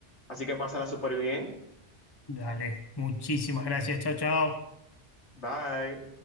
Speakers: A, on the left (about 70°); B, on the left (about 20°).
A: Así que pásala súper bien.
B: Dale, muchísimas gracias. Chao, chao.
A: Bye.